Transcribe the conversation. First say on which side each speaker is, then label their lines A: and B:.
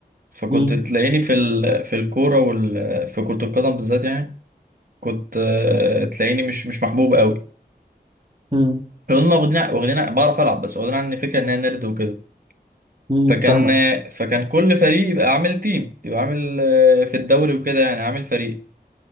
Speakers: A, on the right; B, on the right.
A: فكنت
B: امم
A: تلاقيني في ال... في الكورة وال... في كرة القدم بالذات يعني كنت آه، تلاقيني مش مش محبوب قوي
B: امم
A: هم واخدين واخدين بعرف العب بس واخدين عني فكرة ان انا نرد وكده
B: امم
A: فكان
B: فاهمك
A: فكان كل فريق يبقى عامل تيم يبقى عامل آه، في الدوري وكده يعني عامل فريق